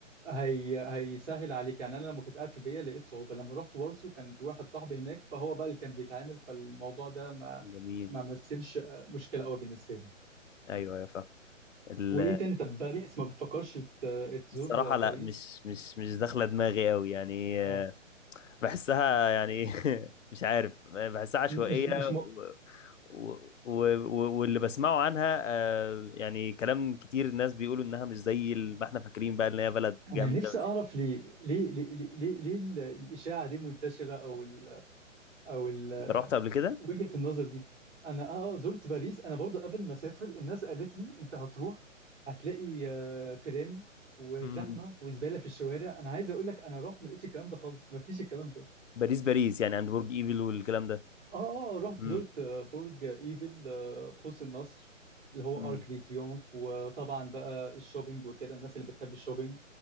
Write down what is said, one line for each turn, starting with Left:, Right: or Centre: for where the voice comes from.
Right: هي هيسهل عليك يعني انا لما كنت قاعد في بيا لقيت صعوبه لما رحت وارسو كان في واحد صاحبي هناك فهو بقى اللي كان بيتعامل فالموضوع ده ما
Left: جميل
Right: ما مثلش مشكله قوي بالنسبه لي
Left: ايوه ايوه فاهم ال-
Right: وايه تاني طب باريس ما بتفكرش ت- تزور
Left: الصراحه
Right: باريس
Left: لا مش مش مش داخله دماغي قوي يعني
Right: اه
Left: آه، بحسها يعني <laughs> مش عارف بحسها عشوائيه
Right: مش مش
Left: و...
Right: م...
Left: و... و... واللي بسمعه عنها آه، يعني كلام كتير الناس بيقولوا انها مش زي ما احنا فاكرين بقى ان هي بلد
Right: انا
Left: جامده
Right: نفسي اعرف ليه ليه ليه ليه, ليه, ليه ال- الاشاعه دي منتشره او ال... او ال...
Left: انت رحت قبل كده؟
Right: وجهة النظر دي انا اه آه، زرت باريس انا برضو قبل ما اسافر الناس قالت لي انت هتروح هتلاقي آه، فيران وزحمه
Left: مم.
Right: وزباله في الشوارع انا عايز اقول لك انا رحت ما لقيتش الكلام ده خالص ما فيش الكلام ده
Left: باريس باريس يعني عند برج ايفل والكلام ده
Right: اه اه آه، رحت
Left: امم
Right: زرت آه، برج ايفل آه، قوس النصر اللي هو
Left: امم
Right: ارك دي تريومف وطبعا بقى الشوبينج وكده الناس اللي بتحب الشوبينج